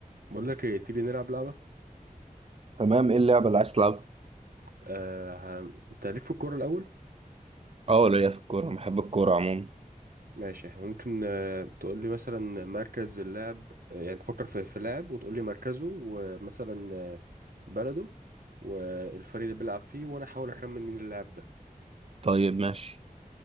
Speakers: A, on the right; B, on the right.
A: بقول لك ايه تيجي نلعب لعبة
B: تمام ايه اللعبة اللي عايز تلعبها؟
A: آه ه- انت ليك في الكورة الأول
B: اه ليا في الكورة بحب الكورة عموما
A: ماشي إحنا ممكن آه تقول لي مثلا مركز اللاعب آه، يعني تفكر في في لاعب وتقول لي مركزه ومثلا آه، بلده والفريق اللي بيلعب فيه وانا احاول اخمن مين اللاعب ده
B: طيب ماشي